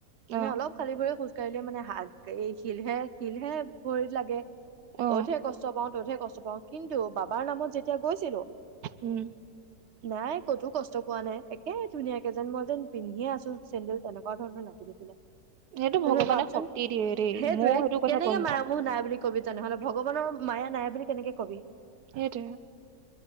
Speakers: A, on the right; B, on the right.
A: অ
B: মানে অলপ খালি ভৰি খোজো কাইলৈ মানে হাত এই শিলহে শিলহে ভৰিত লাগে
A: অ
B: অত'হে কষ্ট পাওঁ ততহে কষ্ট চ পাওঁ। কিন্তু বাবাৰ নামত যে এতিয়া গৈছিলো।
A: উম।
B: নাই ক'তো কষ্ট পোৱা নাই একে ধুনীয়াকে যেন মই যেন পিন্ধিয়ে আছো চেডেল তেনেকুৱা ধৰণৰ লাগি থাকিলে।
A: সেইটো ভগৱানে
B: তেনেহ ভাবচোন
A: শক্তি দিয়ে দেই
B: সেইটোৱে
A: ময়ও সেইটো কথা
B: কেনেকে
A: গম
B: মায়
A: পাওঁ
B: মোহ নাই বুলি কবি তেনেহলে মায়া নাই বুলি কেনেকে কবি?
A: সেইটোৱে।